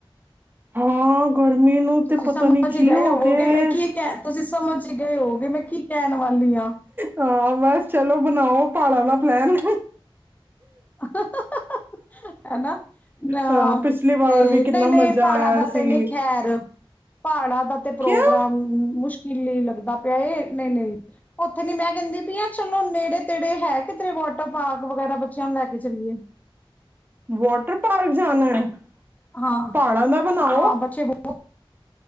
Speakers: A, on the right (about 20°); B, on the left (about 15°).
A: ਹਾਂ ਗਰਮੀ ਨੂੰ
B: ਤੁਸੀਂ
A: ਤੇ ਪਤਾ
B: ਸਮਝ
A: ਨੀ ਕੀ
B: ਗਏ
A: ਹੋ
B: ਹੋਗੇ
A: ਗਿਆ
B: ਮੈਂ ਕੀ ਕਹਿਣ ਤੁਸੀਂ ਸਮਝ ਗਏ ਹੋਗੇ ਮੈਂ ਕੀ ਕਹਿਣ ਵਾਲੀ ਹਾਂ।
A: ਹਾਂ ਬਸ ਚਲੋ ਬਣਾਓ ਪਾੜਾ ਦਾ ਪਲੈਨ
B: <unintelligible> ਹਨਾ ਨਾ
A: ਹਾਂ ਪਿਛਲੀ ਵਾਰ
B: ਤੇ
A: ਵੀ ਕਿੰਨਾ
B: ਨਹੀਂ ਨਹੀਂ
A: ਮਜ਼ਾ
B: ਪਹਾੜਾਂ
A: ਆਇਆ
B: ਦਾ
A: ਸੀ
B: ਤੇ ਨਹੀਂ ਖੈਰ ਪਹਾੜਾਂ ਦਾ ਤੇ
A: ਕਿਆ
B: ਪ੍ਰੋਗਰਾਮ ਮੁਸ਼ਕਿਲ ਲਈ ਲੱਗਦਾ ਪਿਆ ਨਹੀਂ ਨਹੀਂ ਉੱਥੇ ਨੀ ਮੈਂ ਕਹਿੰਦੀ ਪਈ ਹ ਚਲੋ ਨੇੜੇ ਤੇੜੇ ਹੈ ਕਿਤੇਰੇ ਵਾਟਰ ਪਾਰਕ ਵਗੈਰਾ ਬੱਚੇ। ਨੂੰ ਲੈ ਕੇ ਚਲੀਏ।
A: ਵਾਟਰ ਪਾਰਕ ਜਾਣਾ ਹੈ।
B: ਹਾਂ
A: ਪਹਾੜਾਂ ਦਾ ਬਣਾਓ
B: ਹਾਂ ਬੱਚੇ <inaudible>